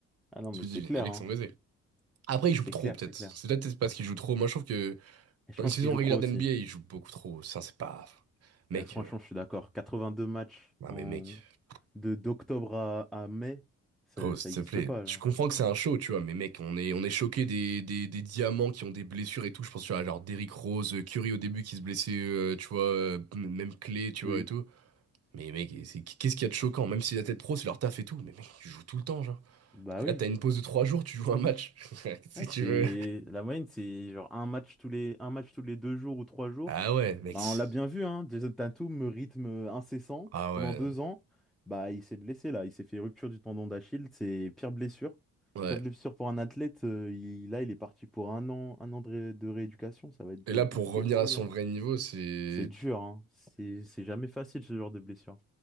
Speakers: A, in the centre; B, on the right (about 55°).
A: Ah non,
B: tu
A: mais
B: te
A: c'est
B: dis,
A: clair,
B: les mecs
A: hein.
B: sont baisés. Après, ils jouent
A: C'est
B: trop
A: clair,
B: peut-être.
A: c'est clair.
B: C'est peut-être parce qu'ils jouent trop. Moi, je trouve que
A: Et je
B: dans
A: pense
B: une saison
A: qu'ils jouent
B: régulière
A: trop aussi.
B: d'NBA, ils jouent beaucoup trop. Ça, c'est pas. Mec,
A: Eh, franchement,
B: euh,
A: je suis d'accord. 82 matchs
B: non
A: en,
B: mais mec.
A: de, d'octobre à, à mai, ça,
B: Gros, s'il
A: ça existe
B: te plaît.
A: pas, genre.
B: Je comprends que c'est un show, tu vois, mais mec, on est, on est choqué des, des, des diamants qui ont des blessures et tout. Je pense, tu vois, genre Derrick Rose, euh, Curry au début qui se blessait, euh, tu vois, euh, m- même Clay, tu
A: Oui.
B: vois, et tout. Mais mec, c'est, qu'est-ce qu'il y a de choquant? Même si la tête pro, c'est leur taf et tout. Mais mec, tu joues tout le temps, genre.
A: Bah
B: Et
A: oui.
B: Là, t'as une pause de trois jours, tu joues un match. <laughs> Qu'est-ce
A: Ouais,
B: que
A: c'est
B: tu veux?
A: la moyenne, c'est genre un match tous les un match tous les deux jours ou trois jours.
B: Ah ouais, mec.
A: Bah,
B: c'est-
A: on l'a bien vu, hein. Jason Tatum, euh, rythme euh, incessant
B: Ah
A: pendant
B: ouais.
A: deux ans. Bah, il s'est blessé là, il s'est fait rupture du tendon d'Achille, c'est pire blessure.
B: Ouais.
A: Pire blessure pour un athlète. euh, il- là, il est parti pour un an, un an de, ré- de rééducation. Ça va être
B: Et là,
A: euh,
B: pour
A: compliqué
B: revenir
A: pour
B: à
A: lui.
B: son
A: hein.
B: vrai niveau, c'est.
A: C'est dur, hein. C'est c'est jamais facile ce genre de blessure.